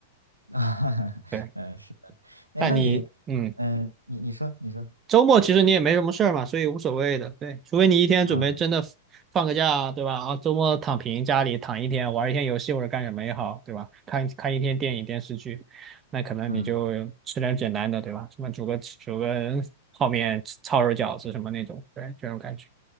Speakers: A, on the right; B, on the right.
A: <laughs> 啊，哈，
B: 对，
A: 嗯，是的，哎，
B: 但你嗯，
A: 那你，嗯，你你说，你说，
B: 周末其实你也没什么事儿嘛，所以无所谓的。对，除非你一天准备真的放个假啊，
A: 嗯
B: 对吧？啊，周末躺平家里躺一天，玩一天游戏或者干什么也好，对吧？看看一天电影电视剧，那可能你就吃点简单的，
A: 嗯，
B: 对吧？什么煮个煮个泡面、抄手饺子什么那种，对，这种感觉。